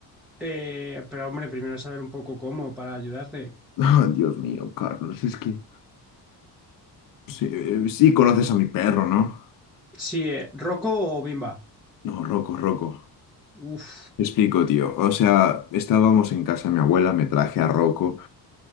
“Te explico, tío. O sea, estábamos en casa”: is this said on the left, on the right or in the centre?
Left